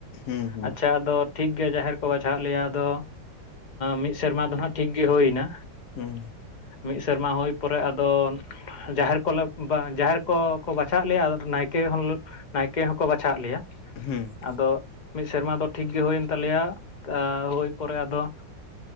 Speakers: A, on the left; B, on the left.
A: ᱦᱩᱸ ᱦᱩᱸ
B: ᱟᱪᱷᱟ ᱟᱫᱚ ᱴᱷᱤᱠ ᱜᱮ ᱡᱟᱦᱮᱨ ᱠᱚ ᱵᱟᱪᱷᱟᱣᱟᱜ ᱞᱮᱭᱟ ᱟᱫᱚ ᱢᱤᱫ ᱥᱮᱨᱢᱟ ᱫᱚ ᱱᱟᱜ ᱴᱷᱤᱠ ᱜᱮ ᱦᱩᱭ ᱮᱱᱟ
A: ᱦᱩᱸ
B: ᱢᱤᱫ ᱥᱮᱨᱢᱟ ᱦᱩᱭ ᱯᱚᱨᱮ ᱟᱫᱚ ᱡᱟᱦᱮᱨ ᱠᱚᱞᱮ ᱡᱟᱦᱮᱨ ᱠᱚ ᱠᱚ ᱵᱟᱪᱷᱟᱣ ᱞᱮᱭᱟ ᱟᱫᱚ ᱱᱟᱭᱠᱮ ᱦᱚᱸ ᱱᱟᱭᱠᱮ ᱦᱚᱸᱠᱚ ᱵᱟᱪᱷᱟᱣ ᱮ ᱞᱮᱭᱟ
A: ᱦᱩᱸ
B: ᱟᱫᱚ ᱢᱤᱫ ᱥᱮᱨᱢᱟ ᱫᱚ ᱴᱷᱤᱠ ᱜᱮ ᱦᱩᱭᱮᱱ ᱛᱟᱞᱮᱭᱟ ᱟ ᱦᱩᱭ ᱯᱚᱨᱮ ᱟᱫᱚ